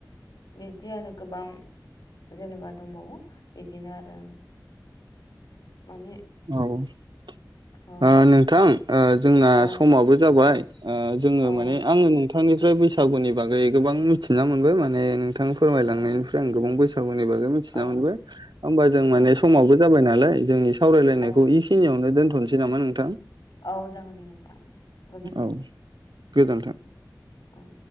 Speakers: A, on the left (about 70°); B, on the right (about 80°).
A: बिब्दि आरो गोबां जेनेबा दंबावो बिदिनो आरो माने
B: औ ओ
A: औ
B: नोंथां जोंना
A: औ
B: समाबो जाबाय जोंङो
A: औ
B: माने आंङो नोंथांनिफ्राय बैसागुनि बागै गोबां मिथिना मोनबाय माने नोंथा फोरमायलांनायनिफ्राय
A: औ
B: आं गोबां बैसागुनिबाबो मिथिना
A: औ
B: मोनबाय होमबा जों
A: औ
B: माने समावबो जाबाय नालाय जोंनि सावरायलायनायखौ
A: औ
B: इखिनियावनो दोनथ'नोसै नामा नोंथां
A: औ जागोन दे नोंथां गोजोन्थाव
B: औ गोजोन्थों
A: औ